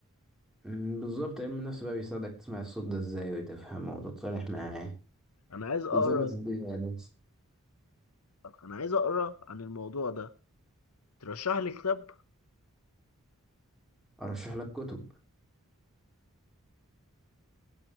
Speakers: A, in the centre; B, on the left (about 85°).
A: مم، بالظبط علم النفس بقى بيساعدك تسمع الصوت ده ازاي وتفهمه وتتصالح معاه
B: أنا عايز أقرأ
A: وتظبط الدنيا يعني
B: أنا عايز أقرأ عن الموضوع ده ترشح لي كتاب
A: ارشح لك كتب